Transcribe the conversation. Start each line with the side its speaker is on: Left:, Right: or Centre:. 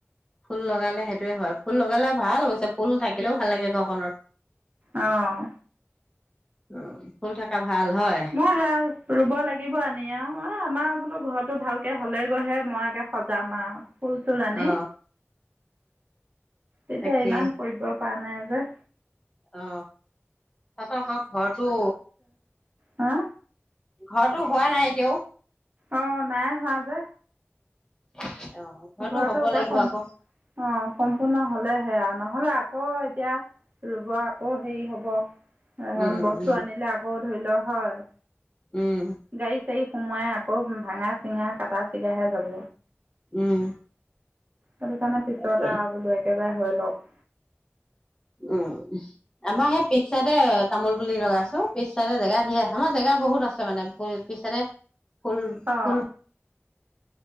Left: ফুল লগালে সেইটোৱে হয় ফুল লগালে ভাল অৱশ্যে ফুল থাকিলেও ভাল লাগে ঘৰখনত
Right: অঁ
Left: উম ফুল থকা ভাল হয়
Right: মই হে ৰুব লাগিব আনি আৰু আমাৰ বোলো ঘৰত টো ভালকে হলে গৈহে মই একে সজাম আৰু ফুল চুল আনি
Left: অ
Right: তেতিয়া
Left: তাকেই
Right: ইমান কৰিব পাৰা নাই যে
Left: অ তাত আকৌ ঘৰটো
Right: হা
Left: ঘৰতো হোৱা নাই এতিয়াও
Right: অ নাই হোৱা যে
Left: <unintelligible> ঘৰটো
Right: ঘৰতো
Left: হ'ব
Right: একে
Left: লাগিব
Right: সম
Left: আকৌ
Right: অ সম্পূৰ্ণ হলে সেয়া নহলে আক এতিয়া ৰুব আকৌ হেৰি হ'ব এ
Left: উম
Right: বস্তু
Left: উম
Right: আনিলে আকৌ ধৰি ল হয়
Left: উম
Right: গাড়ী চাই সোমাই আকৌ ভাঙা চিঙা কাটা চিগাহে যাব
Left: উম
Right: সেইটো কাৰণ পিছত
Left: তাকে
Right: আৰু বোলো একে যাই হৈ লক
Left: উম আমাৰ সেই পিছতে তামোল পুলি লগাইছো পিছ ফালে জেগা ঢেৰ আছে আমাৰ জেগা বহুত আছে মানে পিছে ফুল
Right: অঁ
Left: ফুল